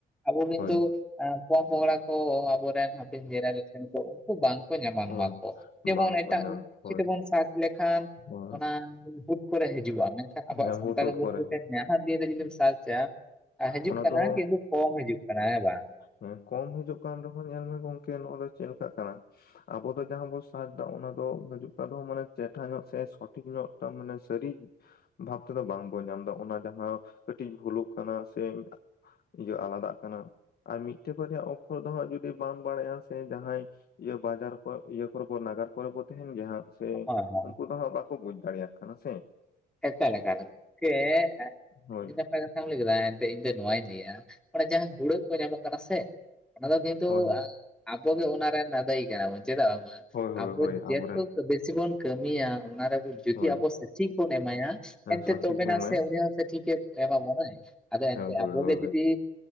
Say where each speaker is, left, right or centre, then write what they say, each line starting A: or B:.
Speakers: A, in the centre; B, on the left.
A: ᱟᱵᱚ ᱠᱤᱱᱛᱩ
B: ᱦᱳᱭ
A: ᱮᱸᱻᱜ ᱯᱚᱝ ᱯᱚᱝᱲᱟ ᱠᱚ ᱟᱵᱚᱨᱮᱱ ᱦᱟᱯᱮᱱ ᱡᱮᱱᱟᱨᱮᱥᱚᱱ ᱠᱚ ᱩᱝᱠᱩ ᱵᱟᱝᱠᱚ ᱧᱟᱢᱟ
B: ᱦᱳᱭ
A: ᱱᱚᱣᱟ ᱠᱚ ᱾ ᱡᱮᱢᱚᱱ
B: ᱵᱟᱝᱠᱚ
A: ᱮᱴᱟᱜ
B: ᱧᱟᱢ
A: <inaudible>
B: ᱦᱳᱭ
A: ᱛᱮᱵᱚᱱ ᱥᱟᱨᱪ ᱞᱮᱠᱷᱟᱱ
B: ᱦᱳᱭ
A: ᱚᱱᱟ <inaudible> ᱠᱚᱨᱮ ᱦᱤᱡᱩᱜᱼᱟ, ᱢᱮᱱᱠᱷᱟᱱ ᱟᱵᱚᱣᱟᱜ
B: ᱦᱮᱸ
A: ᱥᱟᱱᱛᱟᱲᱤ
B: ᱦᱩᱴ ᱦᱩᱴ
A: ᱞᱤᱯᱤ
B: ᱠᱚᱨᱮ
A: ᱛᱮ ᱧᱟᱢᱟᱜ ᱫᱤᱱ ᱨᱮ ᱡᱩᱫᱤᱢ ᱥᱟᱨᱪᱟ᱾ ᱟ ᱦᱤᱡᱩᱜ
B: ᱚᱱᱟ
A: ᱠᱟᱱᱟ,
B: ᱫᱚ
A: ᱠᱤᱱᱛᱩ ᱠᱚᱢ ᱦᱤᱡᱩᱜ ᱠᱟᱱᱟ ᱦᱮᱸ ᱵᱟᱝ?
B: ᱦᱮᱸ ᱠᱚᱢ ᱦᱤᱡᱩᱜ ᱠᱟᱱ ᱨᱮᱦᱚᱸ ᱧᱮᱞ ᱢᱮ ᱜᱚᱝᱠᱮ ᱱᱚᱣᱟ ᱫᱚ ᱪᱮᱫ ᱞᱮᱠᱟᱜ ᱠᱟᱱᱟ ᱟᱵᱚ ᱫᱚ ᱡᱟᱦᱟᱸ ᱵᱚᱱ ᱥᱟᱨᱪ ᱫᱟ ᱚᱱᱟ ᱫᱚ ᱦᱤᱡᱩᱜ ᱠᱟᱱ ᱨᱮᱦᱚᱸ ᱢᱟᱱᱮ ᱪᱮᱫ ᱴᱷᱟ ᱧᱚᱜ ᱥᱮ ᱥᱚᱴᱷᱤᱠ ᱧᱚᱜ ᱢᱟ ᱢᱟᱱᱮ ᱥᱟᱹᱨᱤᱜᱮ ᱵᱷᱟᱵ ᱛᱮᱫᱚ ᱵᱟᱝᱵᱚ ᱧᱟᱢ ᱫᱟ ᱾ ᱚᱱᱟ ᱡᱟᱦᱟᱸ ᱠᱟᱹᱴᱤᱡ ᱵᱷᱩᱞᱚᱜ ᱠᱟᱱᱟ ᱥᱮ ᱤᱭᱟᱹ ᱟᱞᱟᱫᱟᱜ ᱠᱟᱱᱟ ᱟᱨ ᱢᱤᱜᱴᱮᱜ ᱵᱟᱨᱭᱟ ᱚᱠᱠᱷᱚᱨ ᱫᱚ ᱦᱟᱸᱜ ᱡᱩᱫᱤ ᱵᱟᱢ ᱵᱟᱲᱟᱭᱟ ᱥᱮ ᱡᱟᱦᱟᱸᱭ ᱤᱭᱟᱹ ᱵᱟᱡᱟᱨ ᱠᱚ ᱤᱭᱟᱹ ᱠᱚᱨᱮᱠᱚ ᱱᱟᱜᱟᱨ ᱠᱚᱨᱮ ᱠᱚ ᱛᱟᱦᱮᱱ ᱜᱮᱭᱟ ᱦᱟᱸᱜ ᱥᱮ
A: ᱦᱳᱭ ᱦᱳᱭ
B: ᱩᱱᱠᱩ ᱫᱚ ᱦᱟᱸᱜ ᱵᱟᱠᱚ ᱵᱩᱡᱽ ᱫᱟᱲᱮᱭᱟᱜ ᱠᱟᱱᱟ ᱥᱮ ᱾
A: ᱮᱠᱟᱞ ᱮᱠᱟᱞ <unintelligible>
B: ᱦᱳᱭ
A: ᱚᱠᱟ ᱠᱟᱛᱷᱟᱢ ᱞᱟᱹᱭ ᱠᱮᱫᱟ ᱮᱱᱛᱮ ᱤᱧ ᱫᱚ ᱱᱚᱣᱟᱧ ᱞᱮᱹᱭᱮᱜ-ᱟ, ᱚᱱᱮ ᱡᱟᱦᱟᱸ ᱦᱩᱲᱟᱹᱜ ᱠᱚ ᱧᱟᱢᱚᱜ ᱠᱟᱱᱟ ᱥᱮ ᱚᱱᱟ ᱫᱚ ᱠᱤᱱᱛᱩ
B: ᱦᱳᱭ ᱦᱳᱭ
A: ᱟᱵᱚ ᱜᱮ ᱚᱱᱟ ᱨᱮᱱ ᱫᱟᱹᱭᱤ ᱠᱟᱱᱟ ᱵᱚᱱ ᱪᱮᱫᱟᱜ ᱵᱟᱝ ᱢᱟ
B: ᱦᱳᱭ ᱦᱳᱭ
A: ᱟᱵᱚ
B: ᱦᱳᱭ
A: ᱡᱚᱛᱚ
B: ᱟᱵᱚᱨᱮᱱ
A: ᱵᱮᱥᱤ ᱵᱚᱱ ᱠᱟᱹᱢᱤᱭᱟ ᱚᱱᱟ ᱨᱮ ᱟᱵᱚ ᱡᱩᱫᱤ
B: ᱦᱳᱭ
A: ᱟᱵᱚ ᱥᱚᱴᱷᱤᱠ ᱵᱚᱱ ᱮᱢᱟᱭᱟ ᱮᱱᱛᱮ
B: ᱥᱚᱴᱷᱤᱠ
A: ᱛᱚᱵᱮ ᱟᱱᱟ
B: ᱩᱢᱮᱨ
A: ᱥᱮ ᱩᱱᱤ ᱦᱚᱸ ᱴᱷᱤᱠᱮ ᱮᱢᱟ ᱵᱚᱱᱟᱭ ᱾ ᱟᱫᱚ ᱮᱱᱛᱮ
B: ᱦᱳᱭ ᱦᱳᱭ
A: ᱟᱵᱚᱜᱮ
B: ᱦᱳᱭ
A: ᱡᱩᱫᱤ